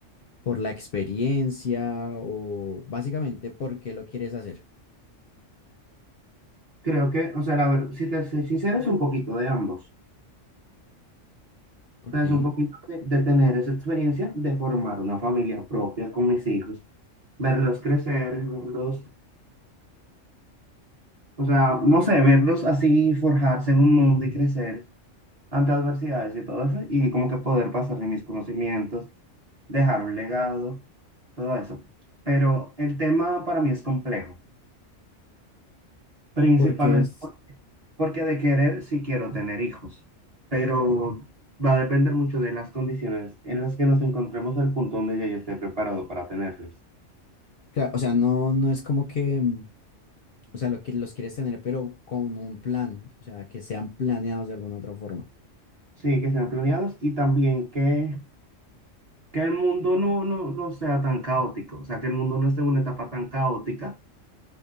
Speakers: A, on the left; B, on the right.
A: por la experiencia o básicamente por qué lo quieres hacer?
B: Creo que, o sea, la verdad, si te soy sincero, es un poquito de ambos.
A: Ok.
B: O sea, es un poquito de, de tener esa experiencia de formar una familia propia con mis hijos, verlos crecer, verlos, o sea, no sé, verlos así forjarse en un mundo y crecer ante adversidades y todo eso, y como que poder pasarle mis conocimientos dejar un legado, todo eso. Pero el tema para mí es complejo, principalmente
A: Porque es
B: porque, porque de querer sí quiero tener hijos, pero va a depender mucho de las condiciones en las que nos encontremos, el punto donde ya yo esté preparado para tenerlos.
A: Claro, o sea, no, no es como que, mm, o sea, lo que los quieres tener, pero con un plan, o sea, que sean planeados de alguna otra forma.
B: Sí, que sean planeados y también que, que el mundo no, no, no sea tan caótico, o sea, que el mundo no esté en una etapa tan caótica.